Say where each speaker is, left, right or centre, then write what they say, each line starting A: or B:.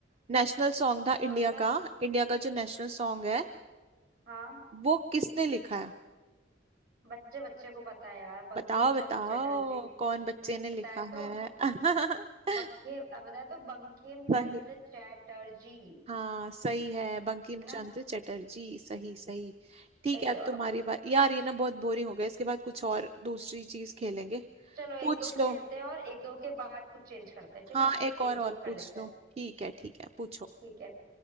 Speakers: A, on the right; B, on the right.
A: नेशनल सॉन्ग था इंडिया
B: कौन सा
A: का इंडिया का जो नेशनल सॉन्ग है
B: हाँ
A: वो किसने लिखा है
B: बच्चे बच्चे को पता है यार बंकिम
A: बताओ बताओ
B: चंद्र चटर्जी
A: कौन बच्चे ने लिखा
B: बताया तो
A: है <laughs>
B: बखे अ, बताया तो बंकिम
A: सही
B: चंद्र चटर्जी
A: हाँ सही है बंकिम
B: है ना
A: चंद्र चटर्जी सही सही ठीक
B: सही
A: है अब
B: जवाब
A: तुम्हारी
B: है
A: बात यार ये ना बहुत बोरिंग हो गया इसके बाद कुछ और दूसरी चीज खेलेंगे
B: चलो
A: पूछ
B: एक दो खेलते
A: लो
B: हैं और एक दो के बाद कुछ चेंज करते हैं ठीक
A: हाँ
B: है
A: एक और
B: एक दो
A: और
B: कर
A: पूछ
B: लेते
A: लो
B: हैं
A: ठीक है ठीक है पूछो
B: ठीक है